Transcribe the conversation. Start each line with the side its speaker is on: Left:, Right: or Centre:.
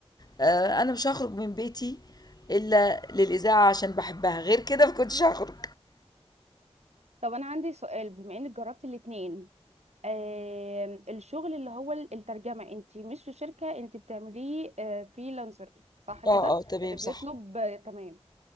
Left: آه، انا مش هخرج من بيتي الا للاذاعه عشان بحبها غير كده ما كنتش هخرج
Right: طب أنا عندي سؤال بما إنك جربتي الاتنين آه الشغل اللي هو الترجمة أنت مش في شركة أنت بتعمليه آه فريلانسر صح كده
Left: اه اه تمام
Right: اللي بيطلب
Left: صح
Right: آه تمام